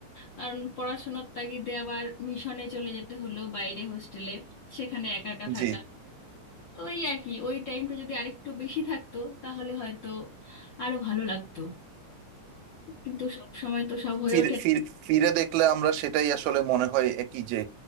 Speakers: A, on the left; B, on the right.
A: কারণ পড়াশোনার তাগিদে আবার মিশনে চলে যেতে হলো বাইরে হোস্টেলে সেখানে একা একা থাকা
B: জি
A: তো এই আর কি ওই টাইমটা যদি আরেকটু বেশি থাকতো তাহলে হয়তো আরো ভালো লাগতো কিন্তু সব সময় তো সব হয়ে
B: ফিরে
A: ওঠে না।
B: ফিরে ফিরে দেখলে আমরা সেটাই আসলে মনে হয় একই যে